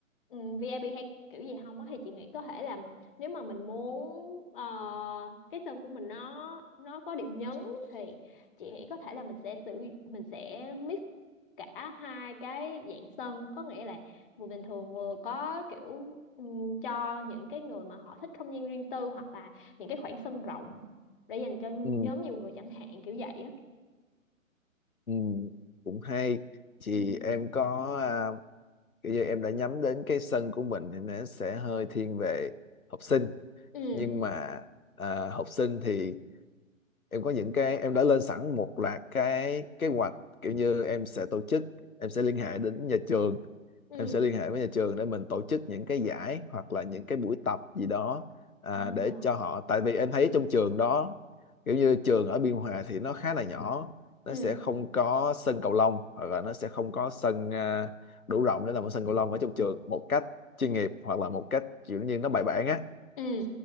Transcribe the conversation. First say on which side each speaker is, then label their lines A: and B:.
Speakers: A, on the left (about 40°); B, on the left (about 85°).
A: ừm, VIP hay kiểu gì không á thì chị nghĩ có thể là nếu mà mình muốn ờ, cái sân của mình nó nó có điểm nhấn thì chị nghĩ có thể là mình sẽ sử mình sẽ mix cả hai cái dạng sân có nghĩa là vừa bình thường vừa có kiểu ừm, cho những cái người mà họ thích không gian riêng tư hoặc là những cái khoảng sân rộng để dành cho nhóm
B: ừ
A: nhiều người chẳng hạn kiểu vậy á
B: ừ cũng hay thì
A: ừ
B: em có à, kiểu như em đã nhắm đến cái sân của mình thì nó sẽ hơi thiên về học sinh
A: ừ
B: nhưng mà à, học sinh thì em có những cái em đã lên sẵn một loạt cái kế hoạch kiểu như em sẽ tổ chức em sẽ liên hệ đến nhà trường
A: ừ
B: em sẽ liên hệ với nhà trường để mình tổ chức những cái giải hoặc là những cái buổi tập gì đó à,
A: à
B: để cho họ tại vì em thấy trong trường đó kiểu như trường ở Biên Hòa thì nó khá là nhỏ nó
A: ừ
B: sẽ không có sân cầu lông hoặc là nó sẽ không có sân à, đủ rộng để làm một sân cầu lông ở trong trường một cách chuyên nghiệp hoặc là một cách kiểu như nó bài bản á
A: ừ